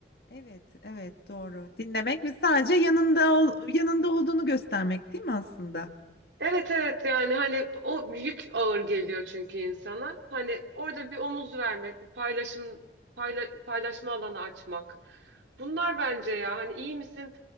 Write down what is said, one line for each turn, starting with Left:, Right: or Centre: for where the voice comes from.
Left: Evet, evet doğru. Dinlemek ve sadece yanında ol, yanında olduğunu göstermek değil mi aslında?
Right: Evet evet yani hani o yük ağır geliyor çünkü insana. Hani orada bir omuz vermek, bir paylaşım payla- paylaşma alanı açmak. Bunlar bence ya hani iyi misin?